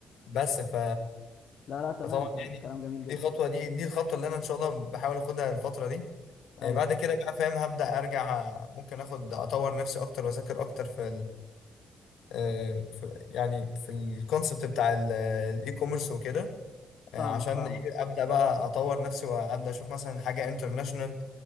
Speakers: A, on the left (about 75°); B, on the left (about 60°).
A: بس ف
B: لا لا تمام
A: فطبعا
B: تمام
A: يعني
B: كلام جميل جدا
A: دي خطوه دي دي الخطوه اللي انا ان شاء الله بحاول اخدها الفتره دي
B: ايوه
A: آه، بعد كده بقى فاهم هبدا ارجع آه، ممكن اخد اطور نفسي اكتر واذاكر اكتر في آه، في- يعني في الكونسبت بتاع الاي كوميرس وكده آه،
B: فاهمك
A: عشان
B: فاهمك
A: ايه ابدا بقى اطور نفسي وابدا اشوف مثلا حاجه انترناشونال